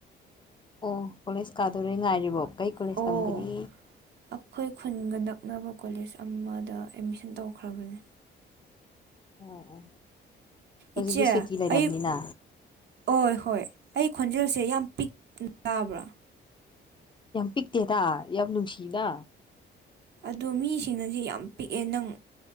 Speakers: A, on the left; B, on the right.
A: ꯑꯣ ꯀꯣꯂꯦꯖ ꯀꯥꯗꯣꯔꯦ ꯉꯥꯏꯔꯤꯕꯣ ꯀꯩ ꯀꯣꯂꯦꯖ
B: ꯑꯣ
A: ꯇꯝꯒꯅꯤ
B: ꯑꯩꯈꯣꯏ ꯈꯨꯟꯒ ꯅꯛꯅꯕ ꯀꯣꯂꯦꯖ ꯑꯃꯗ ꯑꯦꯠꯃꯤꯁꯟ ꯇꯧꯈ꯭ꯔꯕꯅꯦ
A: ꯑꯣ ꯑꯣ ꯍꯧꯖꯤꯛꯇꯤ
B: ꯏꯆꯦ
A: ꯁꯨꯇꯤ ꯂꯩꯔꯕꯅꯤꯅ
B: ꯑꯩ ꯑꯣꯏ ꯍꯣꯏ ꯑꯩ ꯈꯣꯟꯖꯦꯜꯁꯦ ꯌꯥꯝ ꯄꯤꯛ ꯇꯥꯕ꯭ꯔꯥ
A: ꯌꯥꯝ ꯄꯤꯛꯇꯦꯗ ꯌꯥꯝ ꯅꯨꯡꯁꯤꯅ
B: ꯑꯗꯣ ꯃꯤꯁꯤꯡꯅꯗꯤ ꯌꯥꯝ ꯄꯤꯛꯑꯦ ꯅꯪ